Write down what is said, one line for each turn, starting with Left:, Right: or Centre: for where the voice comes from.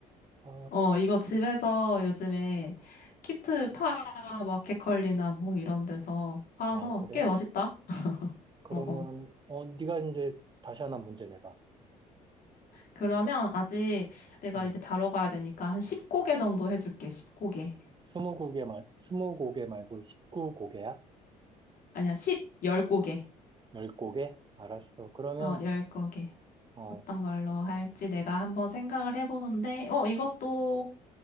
Right: 아,
Left: 어, 이거 집에서 요즘에 키트 파 마켓컬리나 뭐 이런 데서 팔아서
Right: 아, 그래?
Left: 꽤 맛있다.
Right: 그러면
Left: 어, 어.
Right: 어 네가 이제 다시 하나 문제 내봐.
Left: 그러면 아직 내가
Right: 응.
Left: 이제 자러 가야 되니까 한 10고개 정도 해줄게. 10고개.
Right: 스무 곡에 말 스무 곡에 말고 십구 곡에야?
Left: 아니야, 10, 10고개.
Right: 열 곡에? 알았어. 그러면
Left: 어, 10고개.
Right: 어
Left: 어떤 걸로 할지 내가 한번 생각을 해보는데, 어, 이것도,